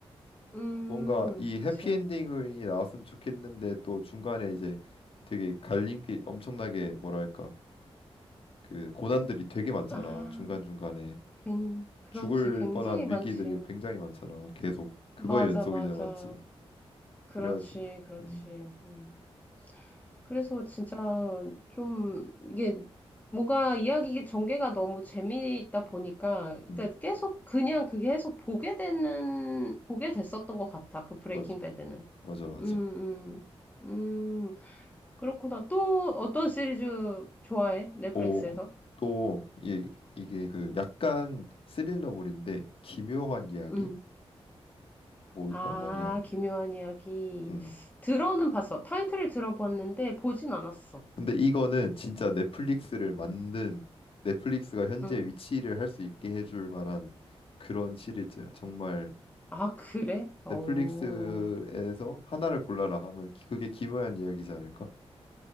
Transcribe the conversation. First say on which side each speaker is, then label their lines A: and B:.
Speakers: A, on the left; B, on the left.
A: 음,
B: 뭔가 이
A: 그치.
B: 해피엔딩이 나왔으면 좋겠는데 또 중간에 이제 되게 갈림길 엄청나게 뭐랄까 그 고난들이 되게 많잖아.
A: 아,
B: 중간중간에
A: 굉, 그렇지.
B: 죽을
A: 굉장히
B: 뻔한
A: 많지.
B: 위기들이 굉장히 많잖아. 계속 그거의
A: 맞아,
B: 연속이잖아,
A: 맞아.
B: 맞지?
A: 그렇지,
B: 그래가지고
A: 그렇지.
B: 음,
A: 음. 그래서 진짜 좀 이게 뭔가 이야기 전개가 너무 재미있다 보니까
B: 음,
A: 그러니까 계속 그냥 그게 계속 보게 되는 보게 됐었던 것 같아. 그 브레이킹
B: 맞아,
A: 배드는.
B: 맞아, 맞아.
A: 음, 음, 음. 그렇구나. 또 어떤 시리즈 좋아해? 넷플릭스에서?
B: 오, 또 이, 이게 그
A: 음,
B: 약간 스릴러물인데 기묘한 이야기라고
A: 음. 아,
B: 있단 말이야.
A: 기묘한 이야기.
B: 음,
A: 들어는 봤어. 타이틀을 들어봤는데 보진 않았어.
B: 근데 이거는 진짜 넷플릭스를 만든 넷플릭스가 현재
A: 음.
B: 위치를 할 수 있게 해줄 만한 그런 시리즈야. 정말
A: 아, 그래? 오
B: 넷플릭스에서 하나를 골라라 하면 기- 그게 김어한 이야기지 않을까?